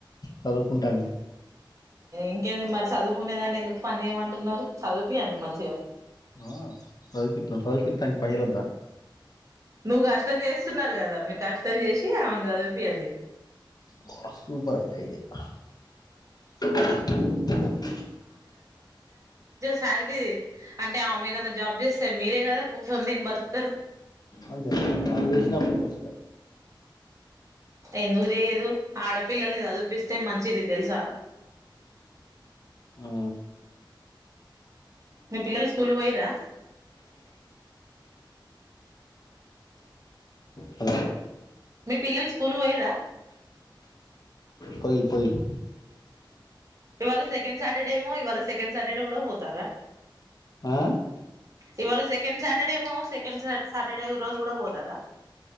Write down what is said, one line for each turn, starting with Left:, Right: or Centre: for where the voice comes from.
Left: చదువుకుంటాంది
Right: ఇంకేంది మరి సదువుకునేదాన్ని ఎందుకు పని చేయమంటున్నరు చదువుపియండి మంచిగా
Left: ఆ సదుపిత్తం సదుపిత్తానికి పైసలొద్దా
Right: నువ్వు కష్టం చేస్తున్నారు కదా మీరు కష్టం చేసి ఆమెను చదుపియ్యండి
Left: బా సూపర్ అయితే ఇదే <inaudible>
Right: సాలరీ అంటే ఆమేదన్న జాబ్ చేస్తే మీరే కదా కూర్చొని తిని బతుకుతారు
Left: అదుగో ఆమె చేసినప్పుడు ముచ్చట
Right: ఎందుకు చేయ్యదు ఆడపిల్లల్ని చదివుపిస్తే మంచిది తెలుసా
Left: ఆ
Right: మీ పిల్లలు స్కూల్ పోయిరా
Left: హలో
Right: మీ పిల్లలు స్కూల్ పోయిరా
Left: పోయిరు పోయిరు
Right: ఇవాళ సెకండ్ సాటర్డే ఏమో ఇవాళ సెకండ్ సాటర్డే కూడా పోతారా
Left: ఆ
Right: ఇవాళ సెకండ్ సాటర్డేమో సెకండ్ సాటర్డే రోజు కూడా పోతారా